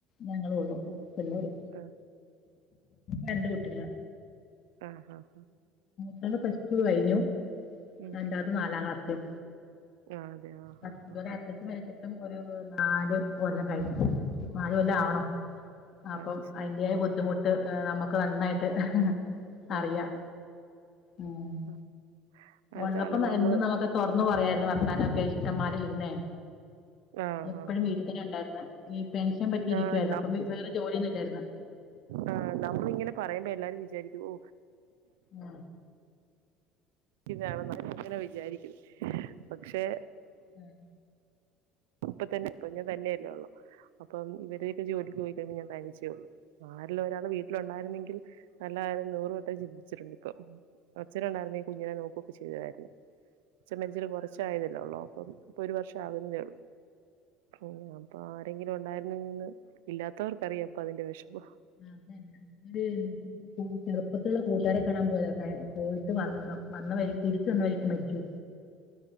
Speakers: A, on the left; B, on the right.
A: ഞങ്ങളോഉള്ളു
B: ഉം
A: പിള്ളേര്
B: ആഹ്
A: രണ്ട് കുട്ടികള്
B: അ ഹാ ഹ
A: ഒരാൾടെ പ്ലസ് ടു കഴിഞ്ഞു
B: ഉം
A: രണ്ടാത്തെ നാലാക്‌ളാസിലും
B: ആഹ് അതെ ആഹ്
A: അത്ത
B: ആഹ്
A: ഇതുവരെ അത്തച്ചി മരിച്ചിട്ടും ഒരു നാല് കൊല്ലംകഴിഞ്ഞു നാല് കൊല്ലാവണു
B: ആഹ്
A: അപ്പം
B: അത് ശരി
A: അതിന്റെയായ ബുദ്ധിമുട്ട് നമുക്ക് നന്നായിട്ട് ഹ് ഹ് അറിയാം
B: ഉണ്ട് ആഹ്
A: ഉം
B: ആഹ് അതാണ്
A: ഒള്ളപ്പം ന്ന
B: നമ്മള്
A: എന്തുന്നമ്മക്ക് തുറന്നു പറയാരുന്നു വർത്താനൊക്കെ ഇഷ്ടമ്മാരി ഇരുന്നേ
B: ആഹ്
A: എപ്പഴും
B: ആഹ് ആഹ്
A: വീട്ടിത്തന്നെ ഉണ്ടായിര്ന്ന് ഈ പെൻഷൻ പറ്റിയിരിക്കുവാരുന്നു
B: ആഹ്
A: അപ്പൊ വീ വേറെ ജോലിയൊന്നുയില്ലായിര്ന്ന്
B: ആ നമ്മളിങ്ങനെ പറയുമ്പോ എല്ലാരും വിചാരിക്കു ഓ
A: ആ
B: ങ്ങനെയാണ് ന്നാ ങ്ങനെ വിചാരിക്കും പക്ഷെ,
A: ഉം
B: ഇപ്പ തന്നെ കുഞ്ഞ് തന്നെയല്ലേ ഒള്ളൂ അപ്പം ഇവരെയൊക്ക ജോലിക്ക് പോയിക്കഴുമ്പ ഞാൻ തനിച്ചേള്ളു ആര്ലു ഒരാൾ വീട്ടിലൊണ്ടായിര്ന്നെങ്കിൽ നല്ലതാര്ന്ന്, നൂറ് വട്ടം ചിന്തിച്ചിട്ടുണ്ട് ഇപ്പം അച്ഛനുണ്ടാര്ന്നേ കുഞ്ഞിനെ നോക്കൊക്കെ ചെയ്യുവല്ലേ അച്ഛമ്മരിച്ചിട്ട് കൊറച്ചായതല്ലേ ഒള്ളൂ അപ്പം ഇപ്പൊരു വർഷാവുന്നേ ഉള്ളൂ അപ്പൊ ആരെങ്കിലു ഒണ്ടായിര്ന്നെങ്ങേന്ന് ഇല്ലാത്തവർക്കറിയാപ്പൊ അതിന്റെ വെഷ്മം
A: ആ അതന്നെ അവര് കു ചെറുപ്പത്തിലുള്ള കൂട്ടാരെ കാണാൻ പോയത ഹ് പോയിട്ട് വന്ന വന്ന വഴി തിരിച്ചു വന്ന വഴിക്ക് മരിച്ചു